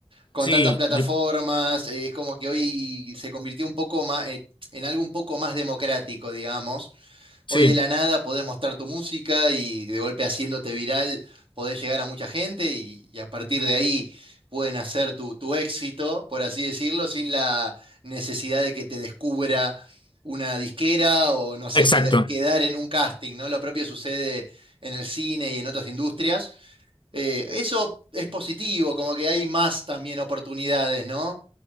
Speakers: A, on the right; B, on the left.
A: con
B: Sí,
A: tantas plataformas,
B: yo,
A: eh, es como que hoy se convirtió un poco más, en algo un poco más democrático, digamos. Hoy
B: sí,
A: de la nada podés mostrar tu música y de golpe haciéndote viral podés llegar a mucha gente y, y a partir de ahí pueden hacer tu, tu éxito, por así decirlo, sin la necesidad de que te descubra una disquera o no sé,
B: exacto.
A: qued- quedar en un casting, ¿no? Lo propio sucede en el cine y en otras industrias eh, eso es positivo, como que hay más también oportunidades, ¿no?